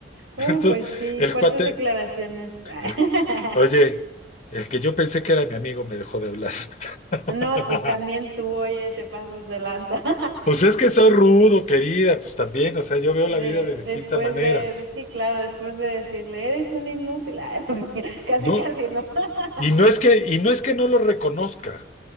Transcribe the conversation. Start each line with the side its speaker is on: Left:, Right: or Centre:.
Left: <laughs>
Right: Oh,
Left: Entonces,
Right: pues sí,
Left: el
Right: fuertes
Left: cuate,
Right: declaraciones.
Left: el-
Right: <laughs>
Left: oye, el que yo pensé que era mi amigo me dejó de hablar.
Right: No,
Left: <laughs>
Right: pues también tú, oye, te pasas de lanza. <laughs>
Left: Pues es que soy rudo, querida, pues también, o sea, yo veo
Right: De,
Left: la vida de
Right: después
Left: distinta manera.
Right: de, de- sí, claro, después de decirle, eres un inútil, ah, <laughs> no sé, casi,
Left: No,
Right: casi, ¿no? <laughs>
Left: Y no es que, y no es que no lo reconozca.